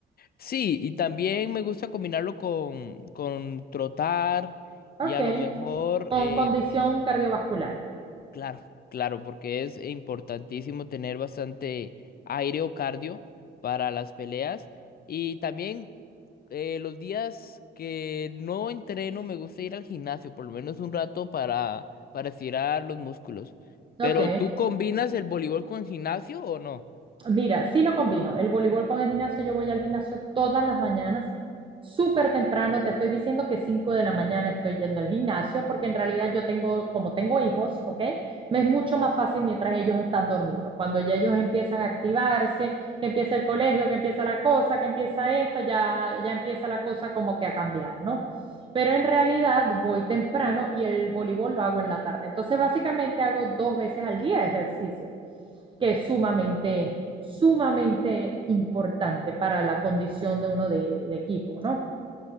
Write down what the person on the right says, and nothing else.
Ok,
con
condición cardiovascular.
Ok,
Mira, sí lo combino. El voleibol con el gimnasio, yo voy al gimnasio todas las mañanas, súper temprano. Te estoy diciendo que 5 de la mañana estoy yendo al gimnasio, porque en realidad yo tengo, como tengo hijos, ¿ok? Me es mucho más fácil mientras ellos están dormidos. Cuando ya ellos empiezan a activarse, que empieza el colegio, que empieza la cosa, que empieza esto, ya, ya empieza la cosa como que a cambiar, ¿no? Pero en realidad voy temprano y el voleibol lo hago en la tarde. Entonces, básicamente hago dos veces al día ejercicio que es sumamente, sumamente importante para la condición de uno de, de equipo, ¿no?